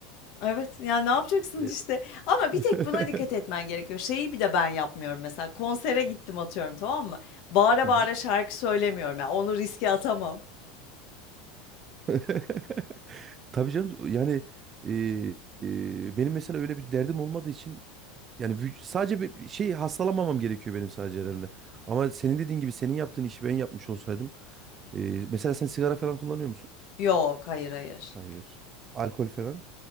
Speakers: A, on the left; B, on the right.
A: Evet, ya, ne yapacaksın
B: E,
A: işte
B: e,
A: ama
B: <laughs>
A: bir tek buna dikkat etmen gerekiyor. Şeyi bir de ben yapmıyorum mesela konsere gittim atıyorum tamam mı? Bağıra
B: Hı
A: bağıra
B: hı.
A: şarkı söylemiyorum ya onu riske atamam.
B: <laughs> Tabii canım yani e, e, benim mesela öyle bir derdim olmadığı için Yani vü- sadece bir şey hastalanmamam gerekiyor benim sadece herhalde. Ama senin dediğin gibi senin yaptığın işi ben yapmış olsaydım. e, mesela sen sigara falan kullanıyor musun?
A: Yok hayır hayır.
B: Hayır. Alkol falan.